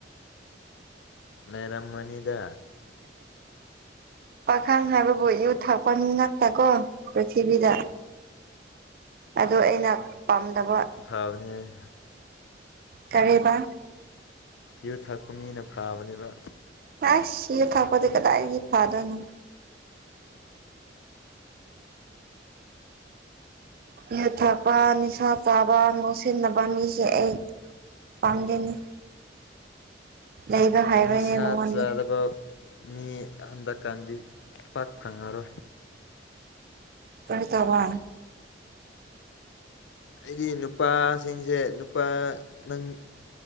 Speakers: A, on the left; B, on the right.
A: ꯂꯩꯔꯝꯃꯅꯤꯗ
B: ꯄꯥꯈꯪ ꯍꯥꯏꯕꯕꯨ ꯌꯨ ꯊꯛꯄ ꯃꯤ ꯉꯥꯛꯇ ꯀꯣ ꯄ꯭ꯔꯤꯊꯤꯕꯤꯗ ꯑꯗꯣ ꯑꯩꯅ ꯄꯥꯝꯗꯕ
A: ꯊꯥꯕꯅꯦ
B: ꯀꯔꯦꯕ
A: ꯌꯨ ꯊꯛꯄ ꯃꯤꯅ ꯐꯥꯕꯅꯦꯕ
B: ꯑꯁ ꯌꯨ ꯊꯛꯄꯗꯤ ꯀꯗꯥꯏꯗꯒꯤ ꯐꯥꯗꯣꯏꯅꯣ ꯌꯨ ꯊꯛꯄ ꯅꯤꯁꯥ ꯆꯥꯕ ꯉꯥꯎꯁꯤꯟꯅꯕ ꯃꯤꯁꯦ ꯑꯩ ꯄꯥꯝꯗꯦꯅꯦ ꯂꯩꯕ ꯍꯥꯏꯔꯣꯏꯅꯦ
A: ꯅꯤꯁꯥ
B: ꯃꯉꯣꯟꯗ
A: ꯆꯥꯗꯕ ꯃꯤ ꯍꯟꯗꯛꯀꯥꯟꯗꯤ ꯄꯥꯛ ꯐꯪꯉꯔꯣꯏ
B: ꯀꯔꯤ ꯇꯧꯕ꯭ꯔꯥ
A: ꯑꯩꯗꯤ ꯅꯨꯄꯥꯁꯤꯡꯁꯦ ꯅꯨꯄꯥ ꯅꯪ